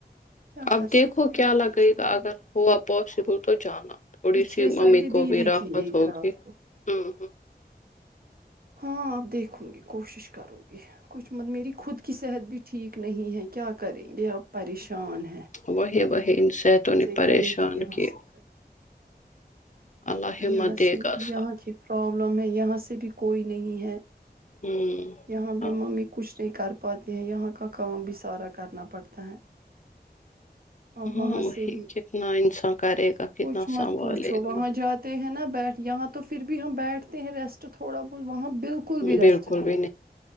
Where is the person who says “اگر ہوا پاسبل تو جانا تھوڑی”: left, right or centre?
Left